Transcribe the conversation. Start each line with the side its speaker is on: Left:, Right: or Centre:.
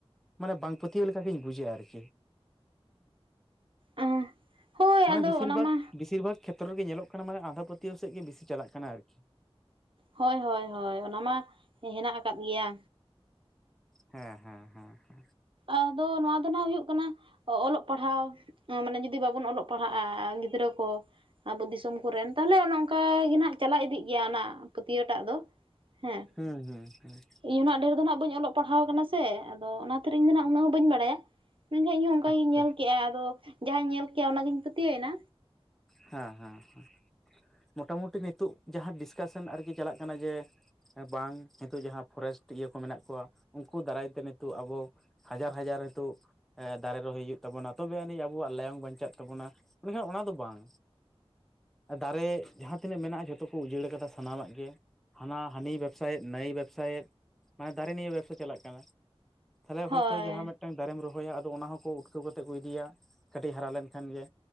Centre: ᱢᱟᱱᱮ ᱵᱟᱝ ᱯᱟᱹᱛᱭᱟᱹᱣ ᱞᱮᱠᱟ ᱜᱤᱧ ᱵᱩᱡᱮᱜ ᱟ ᱟᱨᱠᱤ
Right: ᱟᱸ ᱦᱳᱭ
Centre: ᱢᱟᱱᱮ
Right: ᱟᱫᱚ
Centre: ᱵᱮᱥᱤᱨ
Right: ᱚᱱᱟ
Centre: ᱵᱷᱟᱜ
Right: ᱢᱟ
Centre: ᱵᱮᱥᱤᱨ ᱵᱷᱟᱜ ᱠᱷᱮᱛᱨᱚ ᱨᱮᱜᱮ ᱧᱮᱞᱚᱜ ᱠᱟᱱᱟ ᱢᱟᱱᱮ ᱟᱸᱫᱷᱟ ᱯᱟᱹᱛᱭᱟᱹᱣ ᱥᱮᱜ ᱜᱮ ᱵᱤᱥᱤ ᱪᱟᱞᱟᱜ ᱠᱟᱱᱟ ᱟᱨᱠᱤ
Right: ᱦᱳᱭ ᱦᱳᱭ ᱦᱳᱭ ᱚᱱᱟ ᱢᱟ ᱦᱮᱱᱟᱜ ᱟᱠᱟᱫ ᱜᱮᱭᱟ
Centre: ᱦᱮᱸ ᱦᱮᱸ ᱦᱮᱸ ᱦᱮᱸ
Right: ᱟᱫᱚ ᱱᱚᱣᱟ ᱫᱚ ᱱᱟᱜ ᱦᱩᱭᱩᱜ ᱠᱟᱱᱟ ᱚᱞᱚᱜ ᱯᱟᱲᱦᱟᱣ ᱢᱟᱱᱮ ᱡᱩᱫᱤ ᱵᱟᱵᱚᱱ ᱚᱞᱚᱜ ᱯᱟᱲᱦᱟᱜᱼᱟ ᱜᱤᱫᱽᱨᱟᱹ ᱠᱚ ᱾ ᱟᱵᱚ ᱫᱤᱥᱚᱢ ᱠᱚᱨᱮᱱ ᱛᱟᱦᱚᱞᱮ ᱚᱱᱮ ᱚᱱᱠᱟ ᱜᱮ ᱱᱟᱜ ᱪᱟᱞᱟᱜ ᱤᱫᱤᱜ ᱜᱮᱭᱟ ᱚᱱᱟ ᱯᱟᱹᱛᱭᱟᱹᱣ ᱴᱟᱜ ᱫᱚ ᱦᱮᱸ
Centre: ᱦᱩᱸ ᱦᱩᱸ ᱦᱩᱸ
Right: ᱤᱧ ᱚᱱᱟᱹᱜ ᱰᱷᱮᱨ ᱫᱚ ᱦᱟᱸᱜ ᱵᱟᱹᱧ ᱚᱞᱚᱜ ᱯᱟᱲᱦᱟᱣ ᱠᱟᱱᱟ ᱥᱮ ᱟᱫᱚ ᱚᱱᱟ ᱛᱷᱤᱨᱱᱟᱜ ᱤᱧ ᱫᱚᱱᱟᱜ ᱩᱱᱟᱹᱜ ᱦᱚᱸ ᱵᱟᱹᱧ ᱵᱟᱲᱟᱭᱟ ᱢᱮᱱ ᱠᱷᱟᱱ ᱤᱧᱦᱚᱸ ᱚᱱᱠᱟ
Centre: ᱟᱪᱪᱷᱟ
Right: ᱜᱤᱧ ᱧᱮᱞ ᱠᱮᱫᱼᱟ ᱟᱫᱚ ᱡᱟᱦᱟᱸᱧ ᱧᱮᱞ ᱠᱮᱫᱼᱟ ᱚᱱᱟᱜᱤᱧ ᱯᱟᱹᱛᱭᱟᱹᱮᱱᱟ
Centre: ᱦᱮᱸ ᱦᱮᱸ ᱦᱮᱸ ᱢᱳᱴᱟ ᱢᱩᱴᱤ ᱱᱤᱛᱚᱜ ᱡᱟᱦᱟᱸ ᱰᱤᱥᱠᱟᱥᱚᱱ ᱟᱨᱠᱤ ᱪᱟᱞᱟᱜ ᱠᱟᱱᱟ ᱡᱮ ᱵᱟᱝ ᱱᱤᱛᱚᱜ ᱡᱟᱦᱟᱸ ᱯᱷᱚᱨᱮᱥᱴ ᱤᱭᱟᱹ ᱠᱚ ᱢᱮᱱᱟᱜ ᱠᱚᱣᱟ ᱩᱱᱠᱩ ᱫᱟᱨᱟᱭ ᱛᱮ ᱱᱤᱛᱚᱜ ᱟᱵᱚ ᱦᱟᱡᱟᱨ ᱦᱟᱡᱟᱨ ᱛᱩᱜ ᱫᱟᱨᱮ ᱨᱚᱦᱚᱭ ᱦᱩᱭᱩᱜ ᱛᱟᱵᱚᱱᱟ ᱛᱚᱵᱮ ᱟᱹᱱᱤᱡ ᱟᱵᱚᱣᱟᱜ ᱞᱟᱭᱚᱝ ᱵᱟᱧᱪᱟᱜ ᱛᱟᱵᱚᱱᱟ ᱢᱮᱱ ᱠᱷᱟᱱ ᱚᱱᱟ ᱫᱚ ᱵᱟᱝ ᱫᱟᱨᱮ ᱡᱟᱦᱟᱸ ᱛᱤᱱᱟᱹᱜ ᱢᱮᱱᱟᱜᱼᱟ ᱡᱷᱚᱛᱚ ᱠᱚ ᱩᱡᱟᱹᱲ ᱟᱠᱟᱫᱟ ᱥᱟᱱᱟᱢᱟᱜ ᱜᱮ ᱦᱟᱱᱟ ᱦᱟᱹᱱᱤ ᱵᱮᱵᱽᱥᱟᱭᱮᱫ ᱱᱟᱹᱭ ᱵᱮᱵᱽᱥᱟᱭᱮᱫ ᱢᱟᱱᱮ ᱫᱟᱨᱮ ᱱᱤᱭᱟᱹ ᱵᱮᱵᱽᱥᱟ ᱪᱟᱞᱟᱜ ᱠᱟᱱᱟ ᱛᱟᱦᱚᱞᱮ
Right: ᱦᱳᱭ
Centre: ᱦᱳᱭᱛᱳ ᱡᱟᱦᱟᱸ ᱢᱤᱫ ᱢᱤᱫ ᱴᱟᱝ ᱫᱟᱨᱮᱢ ᱨᱚᱦᱚᱭᱟ ᱟᱫᱚ ᱚᱱᱟ ᱦᱚᱸᱠᱚ ᱩᱴᱠᱟᱹᱣ ᱠᱟᱛᱮ ᱠᱚ ᱤᱫᱤᱭᱟ ᱠᱟᱹᱴᱤᱡ ᱦᱟᱨᱟ ᱞᱮᱱ ᱠᱷᱟᱱ ᱜᱮ